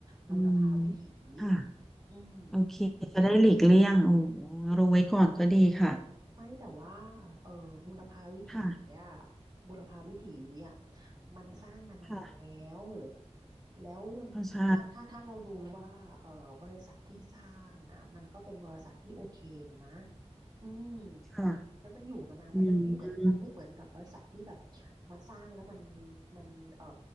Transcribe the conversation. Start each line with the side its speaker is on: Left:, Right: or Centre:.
Right: บูรพาวิถี
Centre: อืมค่ะ
Right: อืม
Centre: โอเค จะได้หลีกเลี่ยงโอ้รู้ไว้ก่อนก็ดีค่ะ
Right: ไม่แต่ว่าเออบูรพาวิถีอ่ะ
Centre: ค่ะ
Right: บูรพาวิถีอ่ะมันสร้างมานานแล้ว
Centre: ค่ะ
Right: แล้ว
Centre: เข้าใจ
Right: ถ้าถ้าถ้าเราดูว่าเออบริษัทที่สร้างอ่ะมันก็เป็นบริษัทที่โอเคนะอืม
Centre: ค่ะ
Right: แล้วมันอยู่มานานแล้วมันไม่เหมือนมันไม่เหมือนกับบริษัทที่แบบ
Centre: อืม
Right: มาสร้างแล้วมันมันเอ่อ